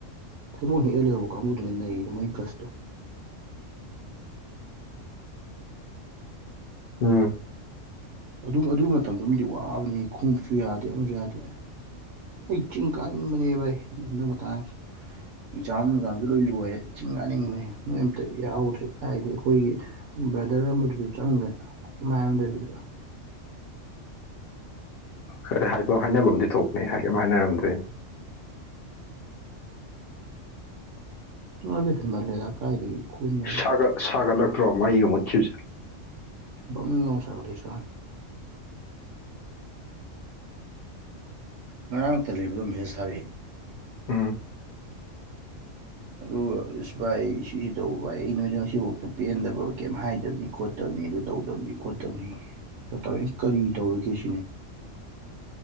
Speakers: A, on the right; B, on the left.
A: ꯊꯩꯕꯣꯡ ꯍꯦꯛꯑ ꯂꯩꯍꯧꯕ ꯀꯥꯡꯕꯨꯗꯨꯅꯦ ꯅꯩꯔꯤꯗꯣ ꯃꯣꯏ ꯒꯠꯁꯇꯣ
B: ꯎꯝ
A: ꯑꯗꯨꯝ ꯑꯗꯨ ꯃꯇꯝꯗꯨꯃꯗꯤ ꯋꯥꯕꯅꯤ ꯈꯣꯡꯎꯞꯁꯨ ꯌꯥꯗꯦ ꯑꯃꯁꯨ ꯌꯥꯗꯦ ꯑꯩ ꯆꯤꯡ ꯀꯥꯅꯤꯡꯕꯅꯦ ꯕꯥꯏ ꯍꯟꯗꯥꯛ ꯃꯇꯥꯡꯁꯦ ꯑꯦꯛꯖꯥꯝ ꯅꯨꯡꯖꯥꯝꯁꯨ ꯂꯣꯏ ꯂꯣꯏꯔꯦ ꯆꯤꯡ ꯀꯅꯤꯡꯕꯅꯦ ꯅꯣꯏ ꯑꯝꯇ ꯌꯥꯎꯗ꯭ꯔꯦ ꯍꯥꯏꯗꯤ ꯑꯩꯈꯣꯏꯒꯤ ꯕ꯭ꯔꯗꯔ ꯑꯃꯒꯤꯗꯨꯁꯨ ꯆꯪꯒꯔꯦ ꯀꯩꯝ ꯍꯥꯏꯔꯝꯗꯕꯤꯗ
B: ꯈꯔꯗꯤ ꯍꯥꯏꯕ ꯍꯥꯏꯅꯕꯝꯗꯤ ꯊꯣꯛꯄꯅꯦ ꯍꯥꯏ ꯀꯩꯝ ꯍꯥꯏꯅꯔꯝꯗ꯭ꯔꯦꯅꯦ
A: ꯃꯥꯗꯤ ꯍꯦꯟꯃꯜꯂꯦꯗ ꯀꯥꯏꯗꯒꯤ ꯈꯨꯠꯅꯕꯨ
B: ꯁꯥꯒꯠ ꯁꯥꯒꯠꯂꯛꯇ꯭ꯔꯣ ꯃꯩꯒ ꯃꯨꯠꯈꯤꯕꯁꯦ
A: ꯕꯪ ꯂꯥꯎ ꯁꯥꯒꯠꯂꯦ ꯏꯁꯥꯁꯦ ꯉꯔꯥꯡ ꯇꯦꯜꯍꯩꯕꯗꯣ ꯃꯦꯁꯦꯁ ꯊꯥꯔꯛꯑꯦ
B: ꯎꯝ
A: ꯑꯗꯨꯒ ꯑꯁ ꯚꯥꯏ ꯁꯤꯁꯤ ꯇꯧꯕ ꯑꯩ ꯅꯣꯏꯗ ꯉꯁꯤꯐꯥꯎꯗ ꯄꯦꯟꯗꯕ ꯀꯩꯝ ꯍꯥꯏꯗꯕꯅꯤ ꯈꯣꯠꯇꯕꯅꯤ ꯑꯗꯨ ꯇꯧꯗꯕꯅꯤ ꯈꯣꯠꯇꯕꯅꯤ ꯇꯧꯔꯦ ꯑꯩꯅ ꯀꯔꯤ ꯇꯧꯔꯒꯦ ꯁꯤꯅꯤ